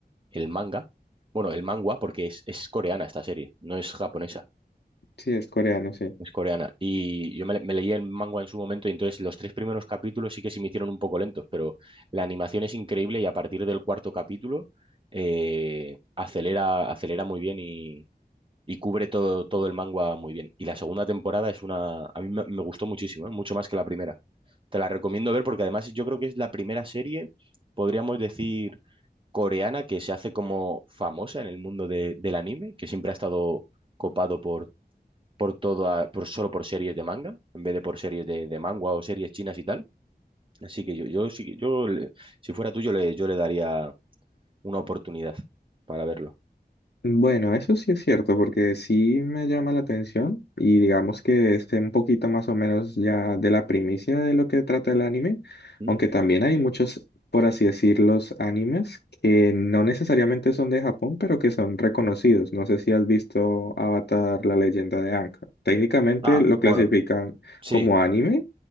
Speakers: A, on the right; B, on the left.
A: el manga. Bueno, el manga porque es, es coreana esta serie, no es japonesa.
B: Sí, es coreano, sí.
A: Es coreana. Y yo me, me leí el manga en su momento y entonces los tres primeros capítulos sí que se me hicieron un poco lentos, pero la animación es increíble y a partir del cuarto capítulo eh, acelera, acelera muy bien y, y cubre todo, todo el manga muy bien. Y la segunda temporada es una... A mí me, me gustó muchísimo, ¿eh? Mucho más que la primera. Te la recomiendo ver porque además yo creo que es la primera serie, podríamos decir, coreana que se hace como famosa en el mundo de- del anime, que siempre ha estado copado por por todo a- por, solo por series de manga, en vez de por series de, de manga o series chinas y tal. Así que yo, yo, sí- yo le- si fuera tú, yo le, yo le daría una oportunidad para verlo.
B: Bueno, eso sí es cierto, porque sí me llama la atención y digamos que esté un poquito más o menos ya de la primicia de lo que trata el anime,
A: ¿Mm?
B: aunque también hay muchos, por así decirlo, animes que no necesariamente son de Japón, pero que son reconocidos. No sé si has visto Avatar, la leyenda de Aang. Técnicamente
A: Ah,
B: lo
A: bueno,
B: clasifican
A: sí,
B: como anime,